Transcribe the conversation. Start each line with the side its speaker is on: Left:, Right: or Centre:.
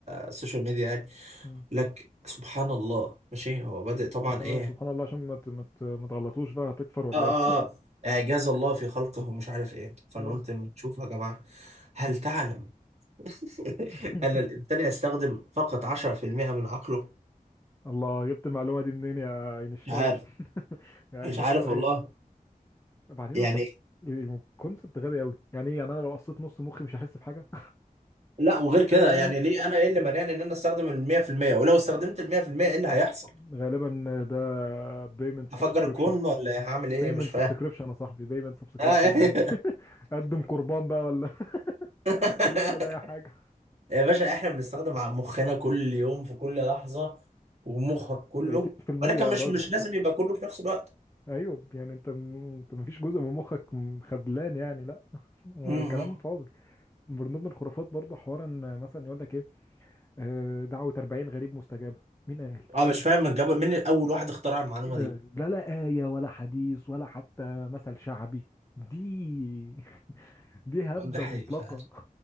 Right: السوشيال ميديا يعني
Left: مم.
Right: لك سبحان الله ماشي هو بادئ طبعا
Left: اه
Right: ايه
Left: سبحان الله عشان ما ت- ما ت- ما تغلطوش بقى هتكفر ولا
Right: اه
Left: ايه
Right: اه اه اعجاز الله في خلقه مش عارف ايه
Left: <laughs>
Right: فانا
Left: اه
Right: قلت ما تشوف يا جماعة هل تعلم <laughs>
Left: <laughs>
Right: ان الانسان يستخدم فقط 10% من عقله
Left: الله جبت المعلومة دي منين يا اينشتاين
Right: مش عارف
Left: <laughs> يا
Right: مش
Left: اينشتاين
Right: عارف والله
Left: بعدين
Right: يعني
Left: اصلا الكونسبت غبي قوي يعني ايه يعني انا لو قصيت نص مخي مش هحس بحاجة
Right: لا وغير كده
Left: <laughs> فاهم يعني
Right: يعني ليه انا ايه اللي مانعني ان انا استخدم ال 100% ولو استخدمت ال 100% ايه اللي هيحصل
Left: غالبا ده بيمنت
Right: هفجر
Left: سبسكريبشن
Right: الكون ولا إيه؟ هعمل ايه
Left: بيمنت
Right: مش فاهم
Left: سبسكريبشن يا صاحبي بيمنت سبسكريبشن
Right: آه إيه؟
Left: يعني ايه <laughs> اقدم قربان بقى ولا <laughs>
Right: <laughs>
Left: ولا اعمل اي حاجة
Right: يا باشا احنا بنستخدم ع- مخنا كل يوم في كل لحظة ومخك كله
Left: 30%
Right: ولكن
Left: يا
Right: مش
Left: راجل
Right: مش لازم يبقى كله في نفس الوقت
Left: ايوه يعني انت انت مفيش جزء من مخك خدلان يعني لا <laughs>
Right: م-
Left: كلام
Right: م.
Left: فاضي من ضمن الخرافات برضه حوار ان مثلا يقول لك ايه آه، دعوة 40 غريب مستجابة مين قال
Right: اه مش فاهم الجو مين اول واحد اخترع المعلومة
Left: ايه ده
Right: دي
Left: لا لا آية ولا حديث ولا حتى مثل شعبي دي <laughs> دي هبدة
Right: ده حقيقة
Left: مطلقة
Right: فعلا